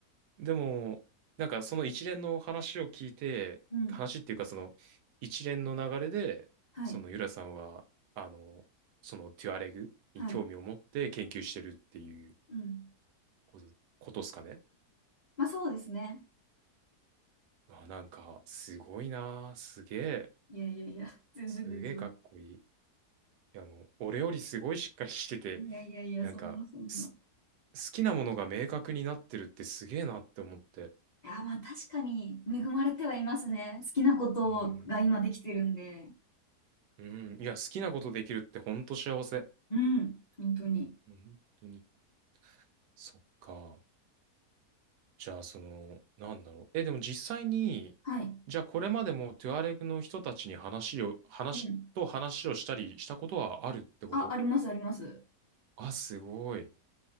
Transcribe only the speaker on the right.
でも、なんかその一連の話を聞いて、
話っていうかその一連の流れで、
そのユラさんは、あの、そのテュアレグに興味を持って研究してるっていう
ことことっすかね。
あ、なんか、すごいなあすげえ、
すげえかっこいい。いやもう、俺よりすごいしっかりしてて、
なんか、
す、好きなものが明確になってるってすげえなって思って。
うん。うん。いや、好きなことできるってほんと幸せ。
本当に。そっか。じゃあ、その、なんだろう。え、でも実際に、
じゃあこれまでもトゥアレクの人たちに話を、話、
と話をしたりしたことはあるってこと
あ、すごい。